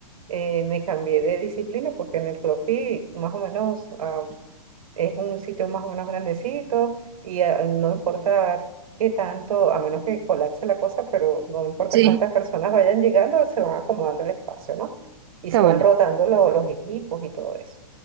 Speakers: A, on the right; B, on the right.
A: eh, me cambié de disciplina, porque en el CrossFit más o menos es un sitio más o menos grandecito y eh, no importa qué tanto, a menos que colapse la cosa, pero no importa
B: Sí.
A: cuántas personas vayan llegando, se van acomodando el espacio, ¿no? Y
B: Qué
A: se
B: bueno.
A: van rotando lo- los equipos y todo eso.